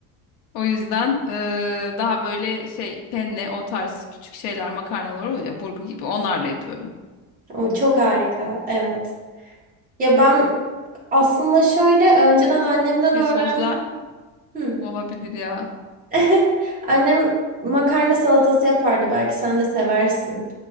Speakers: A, on the left; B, on the right.
A: O yüzden eee, daha böyle şey penne o tarz küçük şeyler makarnalar oluyor ya burgu gibi onlarla yapıyorum.
B: O çok harika. Evet. Ya ben aslında şöyle önceden annemden
A: Bir
B: öğrendiğim
A: sosla
B: Hı.
A: olabilir ya.
B: <laughs> Annem makarna salatası yapardı. Belki sen de seversin.